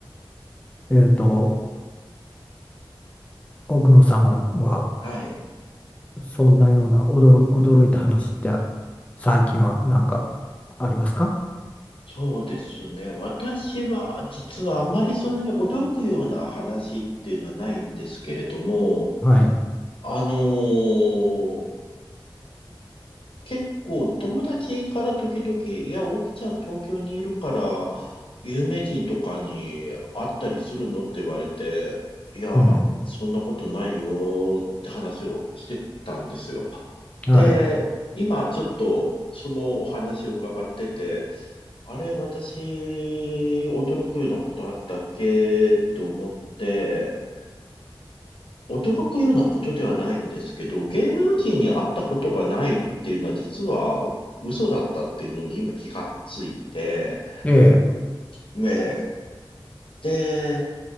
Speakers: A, on the left; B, on the left.
A: えっと、
B: うん
A: 奥野さんは、
B: はい。
A: そんなような驚、驚いた話って、最近はなんかありますか
B: そうですね。私は、実はあんまりそんなに驚くような話っていうのはないんですけれども、
A: はい。
B: あのー結構友達から時々、いや、奥ちゃん東京にいるから、有名人とかに会ったりするのって言われて、いや、
A: うん。
B: そんなことないよって話をしてたんですよ。
A: はい。
B: で、今ちょっとそのお話を伺ってて、あれ、私、驚くようなことあったっけと思って、驚くようなことではないんですけど、芸能人に会ったことがないっていうのは実は嘘だったっていうのに今気がついて、
A: ええ。
B: ねえ、で、